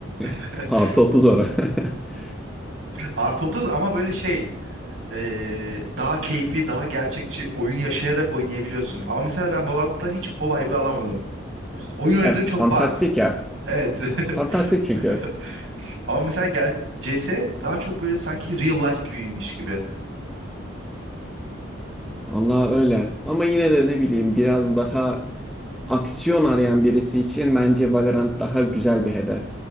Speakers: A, on the right; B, in the centre.
A: <laughs>
B: <laughs> Artı 30 oraya. <laughs>
A: Artı 30 ama böyle şey eee, daha keyfi daha gerçekçi oyunu yaşayarak oynayabiliyorsun. Ama mesela ben Valorant'ta hiç o vibe'ı alamadım. Oyun oynadığım
B: Ya
A: çok
B: fantastik
A: bariz.
B: ya.
A: Evet.
B: Fantastik
A: <laughs>
B: çünkü.
A: Ama mesela ger- CS daha çok böyle sanki real life gibiymiş gibi.
B: Allah öyle. Ama yine de ne bileyim biraz daha aksiyon arayan birisi için bence Valorant daha güzel bir hedef.